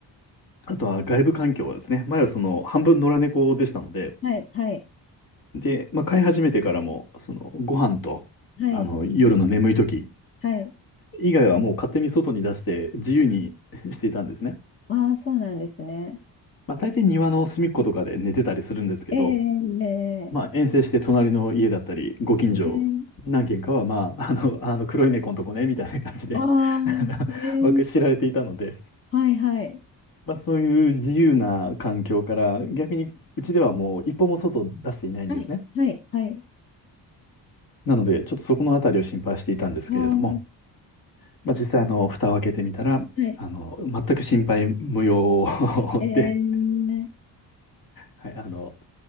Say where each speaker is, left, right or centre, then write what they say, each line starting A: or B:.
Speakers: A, on the left (about 55°); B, on the left (about 30°).
A: あとは外部環境はですね、前はその半分野良猫でしたので、
B: はい、はい、
A: で、まあ、飼い始めてからも、そのご飯と、
B: はい、
A: あの、夜の眠い時
B: はい。
A: 以外はもう勝手に外に出して自由に <laughs> していたんですね。
B: ああ、そうなんですね。
A: まあ、大抵庭の隅っことかで寝てたりするんですけど、
B: えええ
A: まあ、遠征して隣の家だったり、ご近所、
B: えええ
A: 何軒かは、まあ、<laughs> あの、あの黒い猫のとこね、みたいな感じで
B: ああー、
A: <laughs> あ
B: ええ
A: のわか知られていたので、
B: はい、はい、
A: まあ、そういう自由な環境から、逆にうちではもう一歩も外を出していないんですね。
B: はい、はい、はい。
A: なので、ちょっとそこのあたりを心配していたんですけれども、
B: ああ、は
A: まあ、実際、あの、蓋を開けてみたら、
B: い、
A: あの、全く心配無用
B: ええ
A: <laughs> で、はい、あの、